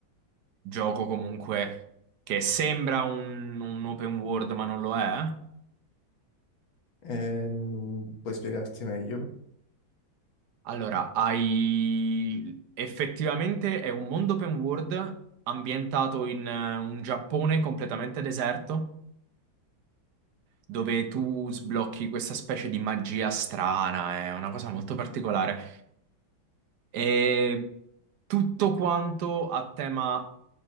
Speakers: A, on the right; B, on the left.
A: gioco comunque che sembra un, un open world ma non lo è.
B: Ehm, puoi spiegarti meglio?
A: Allora, hai... effettivamente è un mondo open world ambientato in eh, un Giappone completamente deserto, dove tu sblocchi questa specie di magia strana, è una cosa molto particolare. E tutto quanto a tema